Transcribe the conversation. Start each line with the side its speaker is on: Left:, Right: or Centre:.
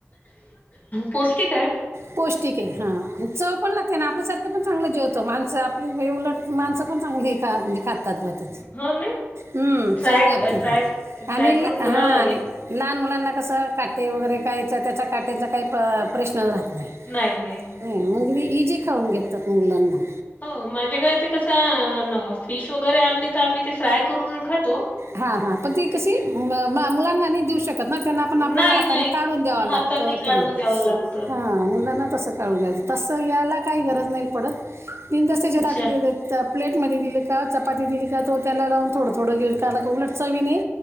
Left: पौष्टिंक आहे
Right: पौष्टिंक आहे हां चंव पणं लागते नां आपल्यांसांरखे पणं चांगले जेवतां तरं माणसं आपली हॆ उलटं माणसं पणं चांगली म्हणजे खातं तंद बंत
Left: हो ना
Right: हमं
Left: ट्राय
Right: चवं लागतं
Left: ट्राय
Right: ती
Left: ट्राय
Right: आणिलां
Left: करून
Right: हां
Left: बघावं लागेल
Right: आणि लहांन मुलांना कसं कांटे वगैरें कांयचा त्यांचा कांटेचा कांहीं प्रश्नचं राहतं नाहीं
Left: नाहीं नाहीं
Right: नाहीं म्हंग कि ते इंजी खांऊन घेतांत मुलं मं
Left: हो माझ्यांकडे ते कसं फिश वगैरें आणंली तंर आम्हीं ते फ्राय करूंन खांतो
Right: हां हां पणं ती कशी मुलांना नाहीं देऊं शकतं नां त्यांना पणं आपल्यांला
Left: नाही
Right: असने
Left: नाही
Right: काढूंन द्यावं
Left: हाताने
Right: लागतं
Left: काढून
Right: तरी
Left: द्यावं लागतं
Right: हां मुलांन तसं कांळू द्यायचं तसं यांयला कांहीं गरंज नाहीं पडतं तिनदस्त्यांच्या
Left: अच्छा
Right: टांक तरं प्लेटमंध्ये दिले कां चपांती दिली कां तो त्यां लांऊन थोडं थडं घेऊ त्यांलां कां उलटं चवीने